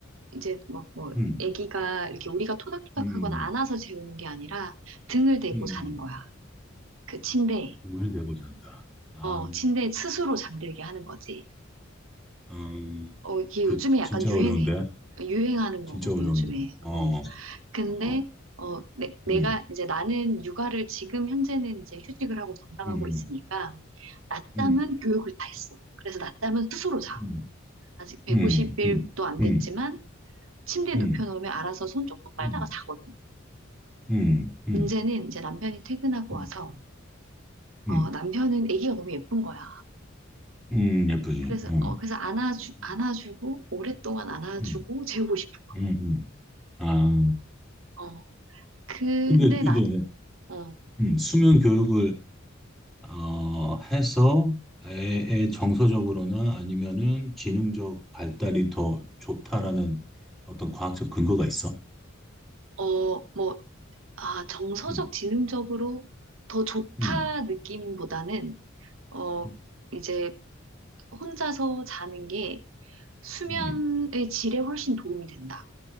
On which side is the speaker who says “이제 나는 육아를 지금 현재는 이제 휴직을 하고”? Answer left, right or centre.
Right